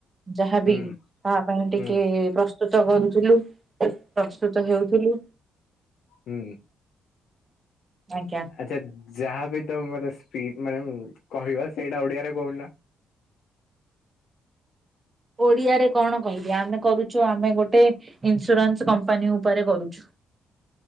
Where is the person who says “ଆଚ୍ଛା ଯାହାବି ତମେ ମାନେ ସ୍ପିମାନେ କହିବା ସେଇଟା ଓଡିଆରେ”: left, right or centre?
Left